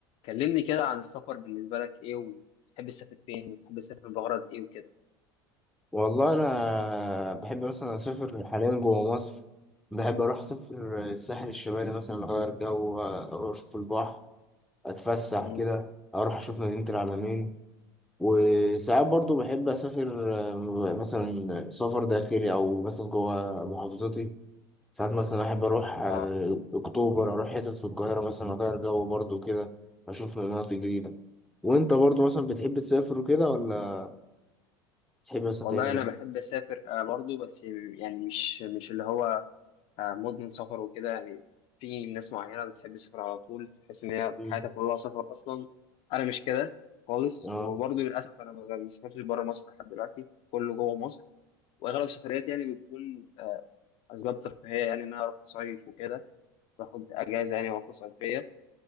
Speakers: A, on the left (about 55°); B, in the centre.
A: كلمني كده عن السفر بالنسبة لك إيه وتحب تسافر فين وتحب تسافر بغرض إيه وكده
B: والله انا بحب مثلا اسافر حاليا جوه مصر بحب اروح اسافر الساحل الشمالي مثلا اغير جو اروح اشوف البحر اتفسح
A: مم.
B: كده اروح اشوف مدينة العلمين وساعات برضو بحب اسافر آه، مثلا سفر داخلي او مثلا جوه محافظتي ساعات مثلا احب اروح آه،
A: آه
B: اكتوبر اروح حتت في القاهرة مثلا اغير جو برضو كده اشوف مناطق جديدة وانت برضو مثلا بتحب تسافر وكده ولا بتحب مثلا
A: والله
B: تعمل
A: أنا
B: ايه؟
A: بحب أسافر آه برضو بس يعني مش مش اللي هو آه مدمن سفر وكده يعني في ناس معينة بتحب تسافر على طول تحس إن هي
B: مم.
A: حياتها كلها سفر أصلا أنا مش كده خالص
B: اه
A: وبرضو للأسف أنا ما ما سافرتش بره مصر لحد دلوقتي كله جوه مصر وأغلب سفرياتي يعني بتكون آه، أسباب ترفيهية يعني إن أنا أروح أصيف وكده باخد أجازة يعني عطلة صيفية